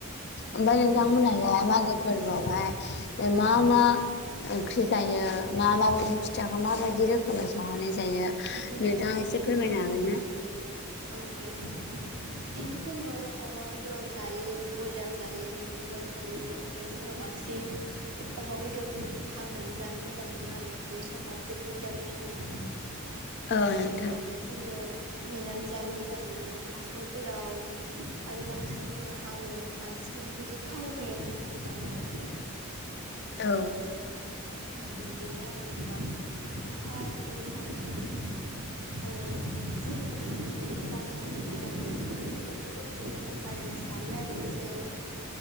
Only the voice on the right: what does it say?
बिदिनो
औहाय नोंथां बिदिनो जोंबो अमा बेदर बेदर जायो ब्रयलार जायो न'नि दाउ जायो ओमफ्राय जोङो बांसिन अमा बेदरफोरखौ हांनानै जानो मोजां मोनो आरो बे समाव पिकनिक जानाय समावनो
आरो जोङो नेनानै जानो मोजां मोनो हासुंफोराव आरो बांसिन जोङो हाङो बांसिन बिदि थावजों एवनायफोरखौ जानो हायाबा
आरो बेनो आरो नोंथां ओमफफ्राय नोंथां जोङो बिदि जानाय समावहाय जोबोद लोगोफोरजों इन्टारेस्ट थायो आरो एसे